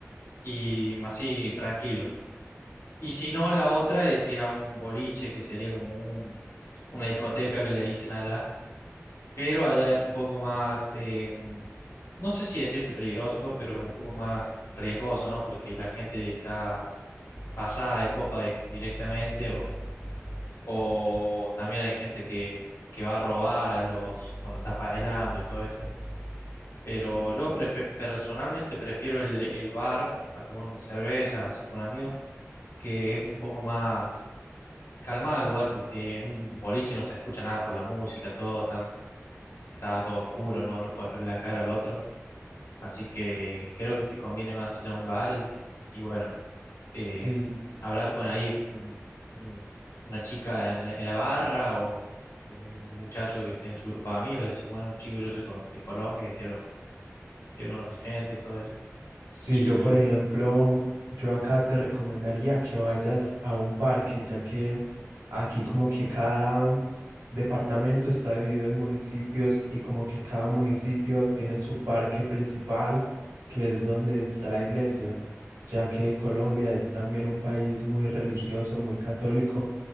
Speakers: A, on the left (about 65°); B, on the right (about 90°).
A: y más así tranquilos. Y si no, la otra es ir a un boliche, que sería como un, una discoteca que le dicen allá, pero allá es un poco más, eh, no sé si decirte peligroso, pero un poco más riesgoso, ¿no? Porque la gente está pasada de copa di- directamente o, o también hay gente que, que va a robar a los cuando estás bailando y todo eso. Pero yo prefe- personalmente prefiero el, el bar a tomar una cerveza así con amigos, que es un poco más calmado el lugar porque en un boliche no se escucha nada por la música, todo tan- está todo oscuro, no, no puedes ver la cara al otro. Así que creo que te conviene más ir a un bar y, y bueno. eh,
B: Sí,
A: hablar con ahí un- un- una chica en la, en la barra o un muchacho que esté en su grupo de amigos, le decís, bueno, chico, yo soy co- de Colombia y quiero, quiero conocer gente y todo eso.
B: Si
A: Y
B: yo, por ejemplo, yo acá te recomendaría que vayas a un parque, ya que aquí como que cada departamento está dividido en municipios y como que cada municipio tiene su parque principal, que es donde está la iglesia, ya que Colombia es también un país muy religioso, muy católico.